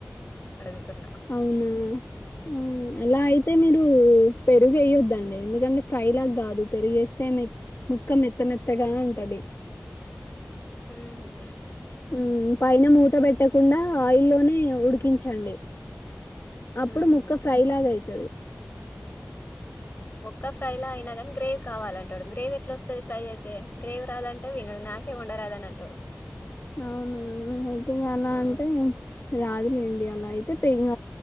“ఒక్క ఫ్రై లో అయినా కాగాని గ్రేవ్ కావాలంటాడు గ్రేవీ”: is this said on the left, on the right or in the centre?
Left